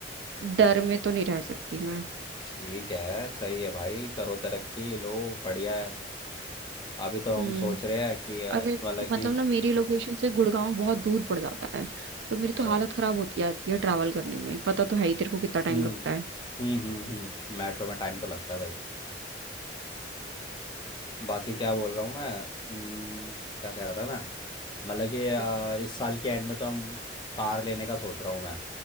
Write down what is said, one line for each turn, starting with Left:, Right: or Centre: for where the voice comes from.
Right: डर में तो नहीं रह सकती मैं
Left: ठीक है सही है भाई करो तरक्की लो बढ़िया है अभी तो
Right: हम्म
Left: हम सोच रहे हैं कि अ,
Right: अरे
Left: मतलब कि
Right: मतलब ना मेरी लोकेशन से गुड़गांव बहुत दूर पड़ जाता है तो मेरी
Left: अच्छा
Right: तो हालत खराब होती जाती है ट्रैवल करने में पता तो है ही तेरे को कितना टाइम
Left: हम्म
Right: लगता है
Left: हम्म हम्म हम्म मेट्रो में टाइम तो लगता है भाई बाकी क्या बोल रहा हूँ मैं हम्म, क्या कह रहा था मैं मतलब कि अ,
Right: कैसे?
Left: इस साल के एंड में तो हम कार लेने का सोच रहा हूँ मैं